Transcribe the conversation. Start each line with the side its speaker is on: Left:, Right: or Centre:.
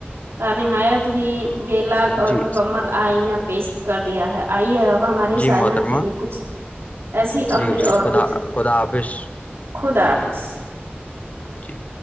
Right: ت نہایت ہی بےلاگ اور
Left: جی
Right: مکمل آئینہ پیش کر دیا ہے آئی ہے اب ہمارے
Left: جی
Right: شائمن
Left: محترمہ
Right: کے لیے کچھ ایسی
Left: جی
Right: عملی
Left: جی
Right: اور
Left: خدا
Right: دوسری
Left: خدا آافظ
Right: خدا حافظ
Left: جی